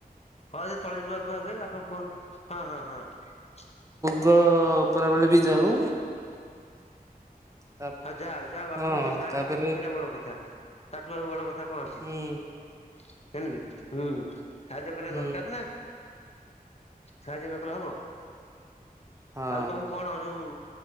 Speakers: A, on the left; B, on the right.
A: ହଁ ସେ ତଳି ରୁଆ ଫୁଆ ହୁଏ ବାପା ପ ହଁ ହଁ ହଁ।
B: ଗ ଉପରା ବେଳେ ବି ଯାଉ। ତା
A: ହଁ ଯାହଉ ଯାହଉ ବାପାଙ୍କୁ
B: ହଁ
A: ଟିକେ ସାହାଯ୍ୟ
B: ତାପରେ
A: କରୁଛ ସେଇଟା ବଡ କଥା ତାଠୁ ଆଉ ବଡ କଥା କଥା କଣ ଅଛି
B: ହୁଁ
A: ଜାଣିଲ ହୁଁ ସାହାଯ୍ୟ କରିବା
B: ହୁଁ
A: ଦରକାର ନା। ସାହାଯ୍ୟ ନ କଲେ ହବ
B: ହଁ
A: ଆଉ ତମ କଣ ଯୋଉ